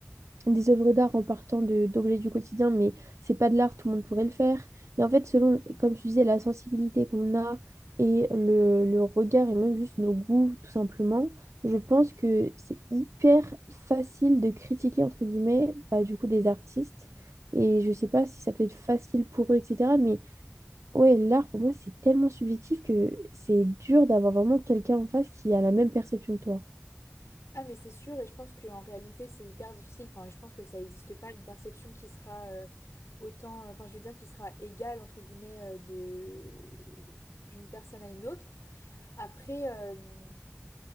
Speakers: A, on the right (about 85°); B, on the left (about 85°).
A: des œuvres d'art en partant de d'objets du quotidien, mais c'est pas de l'art, tout le monde pourrait le faire. Et en fait, selon, comme tu disais, la sensibilité qu'on a et le, le regard et même juste nos goûts, tout simplement, je pense que c'est hyper facile de critiquer, entre guillemets, bah, du coup, des artistes. Et je sais pas si ça peut être facile pour eux, etc. Mais Ouais, l'art pour moi c'est tellement subjectif que c'est dur d'avoir vraiment quelqu'un en face qui a la même perception que toi.
B: Ah mais c'est sûr et je pense qu'en réalité c'est hyper difficile, enfin je pense que ça n'existe pas une perception qui sera euh, autant, enfin je veux dire qui sera égale entre guillemets euh, de d'une personne à une autre. Après, euh,